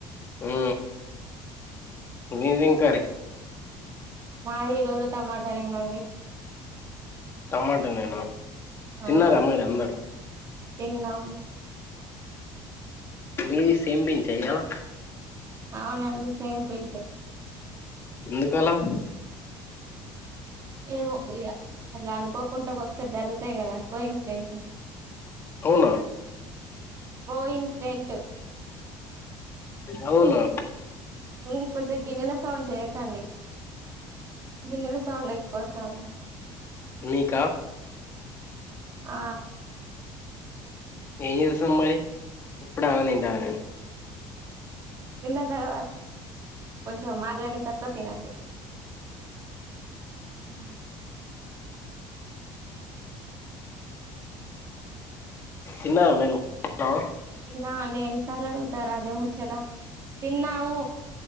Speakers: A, on the left; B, on the right.
A: మ్ మీదేంకర్రీ
B: మాది ఈరోజు టమాటాలే వండి
A: టమాటా నేనా
B: ఆ
A: తిన్నారా మరి అందరు
B: తిన్నం
A: మీది సేమ్ పించ ఇయ్యాల
B: అవునండి సేమ్ పించ్
A: ఎందుకలా
B: అ ఏమో ఇక అట్లా అనుకోకుంట ఒకొ కసారి జరుగుతాయి కదా కోఇన్స్ డెంట్లు
A: అవునా
B: కో ఇన్సిడెంట్
A: అవునా
B: మ్ కొంచెం గిన్నెల సౌండ్ చేయకండి గిన్నెల సౌండ ఎక్కువ స్తాంది
A: మీకా
B: ఆ
A: ఏం చేస్తం మరి, ఇప్పుడే అన్నం తింటాన్న నేను.
B: తిన్న తర్వా కొంచెం మాట్లాడిన తర్వాత తినండి. అ
A: తిన్నర మీరు? ఆ
B: తిన్నా నే ఎన్ని సార్లు అడుగుతరు అదే ముచ్చట? తిన్నాము